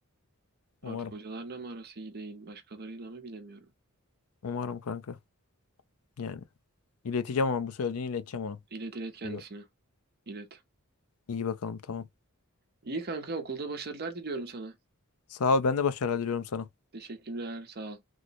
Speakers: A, on the right (about 45°); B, on the left (about 70°).
A: Artık
B: Umarım.
A: hocalarla mı arası iyi değil, başkalarıyla mı bilemiyorum.
B: Umarım kanka. Yani ileteceğim ama bu söylediğini ileteceğim ona.
A: İlet ilet kendisine,
B: Tabii.
A: ilet.
B: İyi bakalım tamam.
A: İyi kanka, okulda başarılar diliyorum sana.
B: Sağ ol ben de başarılar diliyorum sana.
A: Teşekkürler, sağ ol.